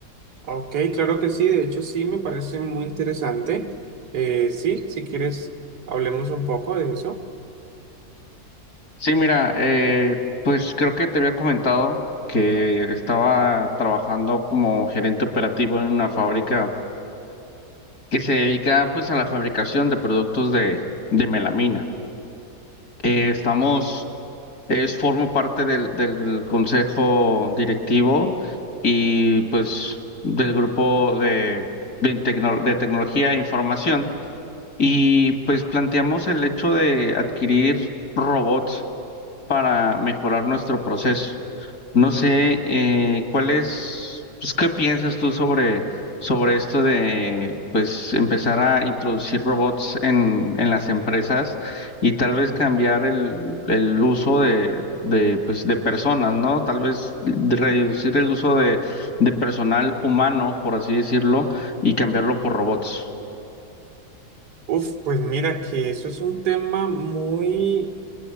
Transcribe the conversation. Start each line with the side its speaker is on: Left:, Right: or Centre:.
Right: Ok, claro que sí, de hecho sí, me parece muy interesante. Eh, sí, si quieres, hablemos un poco de eso.
Left: Sí, mira, eh, pues creo que te había comentado que estaba trabajando como gerente operativo en una fábrica que se dedica pues a la fabricación de productos de, de melamina. Eh, estamos, es, formo parte del, del consejo directivo y pues del grupo de, de, tecno- de tecnología e información y pues planteamos el hecho de adquirir robots para mejorar nuestro proceso. No sé, eh, cuál es, pues, ¿qué piensas tú sobre, sobre esto de, pues, empezar a introducir robots en, en las empresas y tal vez cambiar el, el uso de, de, pues, de personas, ¿no? Tal vez de reducir el uso de, de personal humano, por así decirlo, y cambiarlo por robots.
Right: Uf, pues mira que eso es un tema muy